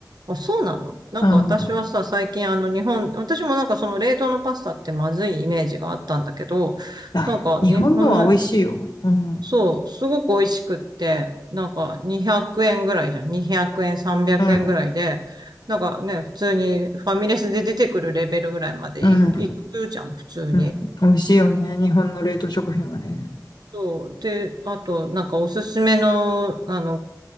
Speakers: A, on the right; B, on the left.
A: あ、そうなのなんか私はさ、
B: うん。
A: 最近あの日本、私もなんかその冷凍のパスタってまずいイメージがあったんだけど、
B: あ、
A: なんか日本の、
B: 日本のは美味しいよ。うん。
A: そう、すごく美味しくって、なんか200円ぐらいじゃん。200円、300円ぐらいで、
B: うん。
A: なんかね、普通にファミレスで出てくるレベルぐらいまでい、
B: うん。
A: いくじゃん、普通に。
B: うん。美味しいよね。日本の冷凍食品はね。
A: そう。で、あと、なんかおすすめの、あの、